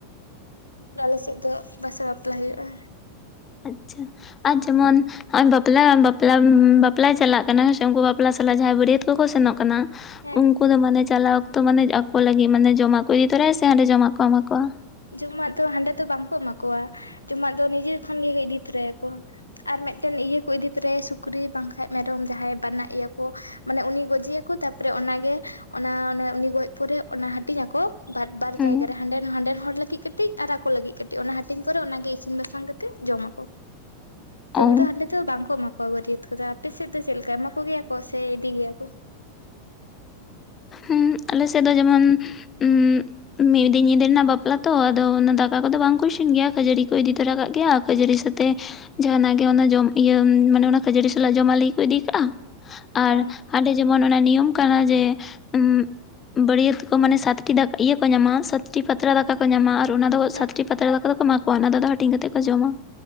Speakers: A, on the left (about 85°); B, on the left (about 25°).
A: ᱟᱫᱚ ᱟᱞᱮ ᱥᱮᱫ ᱫᱚ ᱵᱟᱥᱟ ᱵᱟᱯᱞᱟ ᱦᱩᱭᱩᱜᱼᱟ।
B: ᱟᱪᱪᱷᱟ ᱟᱨ ᱡᱮᱢᱚᱱ ᱵᱟᱯᱞᱟ, ᱵᱟᱯᱞᱟ ᱵᱟᱯᱞᱟᱭ ᱪᱟᱞᱟᱜ ᱠᱟᱱᱟ᱾ᱦᱮᱸ ᱥᱮ ᱩᱱᱠᱩ ᱵᱟᱯᱞᱟ ᱥᱟᱞᱟᱜ ᱡᱟᱦᱟᱸᱭ ᱵᱟᱹᱨᱭᱟᱹᱛ ᱠᱚᱠᱚ ᱥᱮᱱᱚᱜ ᱠᱟᱱᱟ
A: ᱦᱮᱸ
B: ᱩᱱᱠᱩ ᱫᱚ ᱢᱟᱱᱮ ᱪᱟᱞᱟᱣ ᱚᱠᱛᱚ ᱢᱟᱱᱮ ᱟᱠᱚ ᱞᱟᱹᱜᱤᱫ ᱢᱟᱱᱮ ᱡᱚᱢᱟᱜ ᱠᱚ ᱤᱫᱤ ᱛᱚᱨᱟᱭᱟ ᱥᱮ? ᱦᱟᱸᱰᱮ ᱡᱚᱢᱟᱜ ᱠᱚ ᱮᱢᱟ ᱠᱚᱣᱟ?
A: ᱡᱚᱢᱟᱜ ᱫᱚ ᱦᱟᱸᱰᱮ ᱫᱚ ᱵᱟᱝ ᱠᱚ ᱮᱢᱟ ᱠᱚᱣᱟ᱾ ᱡᱚᱢᱟᱜ ᱫᱚ ᱱᱤᱡᱮ ᱠᱷᱚᱱ ᱜᱮ ᱤᱫᱤ ᱛᱚᱨᱟᱭᱟᱠᱚ᱾ ᱟᱨ ᱢᱤᱫᱴᱮᱱ ᱤᱭᱟᱹ ᱠᱚ ᱤᱫᱤ ᱛᱚᱨᱟᱭᱟ ᱥᱩᱠᱨᱤ ᱵᱟᱝᱠᱷᱟᱡ ᱢᱮᱨᱚᱢ ᱡᱟᱦᱟᱸᱭ ᱵᱟᱱᱟᱜ ᱮᱭᱟᱠᱚ᱾ ᱢᱟᱱᱮ ᱩᱱᱤ ᱜᱚᱡᱮᱭᱟᱠᱚ ᱛᱟᱨᱯᱚᱨᱮ ᱚᱱᱟᱜᱮ ᱚᱱᱟ ᱱᱚᱣᱟ ᱩᱱᱤ ᱜᱚᱡ ᱯᱚᱨᱮ ᱚᱱᱟ ᱦᱟᱹᱴᱤᱧ ᱟᱠᱚ᱾ ᱵᱟᱨ ᱵᱟᱨ
B: ᱦᱩᱸ
A: ᱡᱟᱭᱜᱟ ᱨᱮ ᱦᱟᱸᱰᱮᱱ ᱦᱟᱸᱰᱮᱱ ᱦᱚᱲ ᱞᱟᱹᱜᱤᱫ ᱠᱟᱹᱴᱤᱡ ᱟᱨ ᱟᱠᱚ ᱞᱟᱹᱜᱤᱫ ᱠᱟᱹᱴᱤᱡ᱾ ᱚᱱᱟ ᱦᱟᱹᱴᱤᱧ ᱯᱚᱨᱮ ᱚᱱᱟᱜᱮ ᱤᱥᱤᱱ ᱵᱟᱥᱟᱝ ᱠᱟᱛᱮᱫ ᱡᱚᱢᱟᱠᱚ᱾ ᱡᱚᱢ
B: ᱚ
A: ᱫᱚ ᱦᱟᱸᱰᱮ ᱫᱚ ᱵᱟᱝᱠᱚ ᱮᱢᱟ ᱠᱚᱣᱟ ᱵᱟᱹᱨᱭᱟᱹᱛ ᱠᱚᱫᱚ। ᱟᱯᱮ ᱥᱮᱫ ᱫᱚ ᱪᱮᱫ ᱞᱮᱠᱟ ᱮᱢᱟ ᱠᱚ ᱜᱮᱭᱟ ᱠᱚ ᱥᱮ ᱤᱫᱤ ᱜᱮᱭᱟ ᱠᱚ?
B: ᱦᱩᱸ ᱟᱞᱮ ᱥᱮᱫ ᱫᱚ ᱡᱮᱢᱚᱱ ᱩᱸᱜ ᱢᱤᱫ ᱫᱤᱱ ᱧᱤᱫᱟᱹ ᱨᱮᱱᱟᱜ ᱵᱟᱯᱞᱟ ᱛᱚ ᱟᱫᱚ ᱚᱱᱟ ᱫᱟᱠᱟ ᱠᱚᱫᱚ ᱵᱟᱝᱠᱚ ᱤᱥᱤᱱ ᱜᱮᱭᱟ ᱠᱷᱟᱹᱡᱟᱹᱲᱤ ᱠᱚ ᱤᱫᱤ ᱛᱚᱨᱟ ᱠᱟᱜ ᱜᱮᱭᱟ᱾ ᱠᱷᱟᱹᱡᱟᱹᱲᱤ ᱥᱟᱶᱛᱮ ᱡᱟᱦᱟᱸᱱᱟᱜ ᱜᱮ ᱚᱱᱟ ᱡᱚᱢ ᱤᱭᱟᱹ ᱢᱟᱱᱮ ᱚᱱᱟ ᱠᱷᱟᱹᱡᱟᱹᱲᱤ ᱥᱟᱞᱟᱜ ᱡᱚᱢᱟᱜ ᱞᱟᱹᱜᱤᱫ ᱠᱚ ᱤᱫᱤ ᱠᱟᱜᱼᱟ᱾ ᱟᱨ
A: ᱚ
B: ᱦᱟᱸᱰᱮ ᱡᱮᱢᱚᱱ ᱚᱱᱟ ᱱᱤᱭᱚᱢ ᱠᱟᱱᱟ ᱡᱮ ᱩᱸᱜ ᱵᱟᱹᱨᱭᱟᱹᱛ ᱠᱚ ᱢᱟᱱᱮ ᱥᱟᱛᱴᱤ ᱫᱟ ᱤᱭᱟᱹ ᱠᱚ ᱧᱟᱢᱟ ᱥᱟᱛᱴᱤ ᱯᱟᱛᱲᱟ ᱫᱟᱠᱟ ᱠᱚ ᱧᱟᱢᱟ᱾ ᱚᱱᱟ ᱫᱚ ᱥᱟᱛᱴᱤ
A: ᱦᱮᱸ
B: ᱯᱟᱛᱲᱟ ᱫᱟᱠᱟ ᱫᱚ ᱠᱚ ᱮᱢᱟ ᱠᱚᱣᱟ ᱚᱱᱟ ᱫᱚ ᱦᱟᱹᱴᱤᱧ ᱠᱟᱛᱮ ᱠᱚ ᱡᱚᱢᱟ᱾